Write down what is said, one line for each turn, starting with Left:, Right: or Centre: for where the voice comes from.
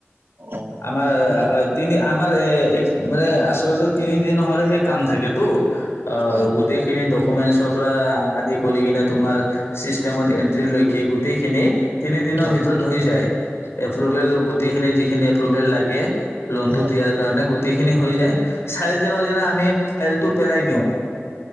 Right: অ'
Left: আমাৰ
Right: বহুত
Left: হয়, তিনি আমাৰ এ, মানে আচলতে তিনি দিন হ'লেহে কাম থাকেটো। অ',
Right: হয়,
Left: গোটেইখিনি ডক কমেণ্টছ পৰা আদি কৰি কিনে তোমাৰ, ছিষ্টেমত এণ্ট্ৰি লৈকে গোটেইখিনি তিনিদিনৰ
Right: হয়,
Left: ভিতৰত হৈ যায়। এপ্ৰোভেল গোটেইখিনি যি যিখিনি এপ্ৰোভেল লাগে লোণটো
Right: হয়,
Left: দিয়াৰ কাৰণে গ গোটেইখিনি হৈ যায়। চাৰি দিনৰ দিনা আমি ফাইলটো পেলাই দিওঁ।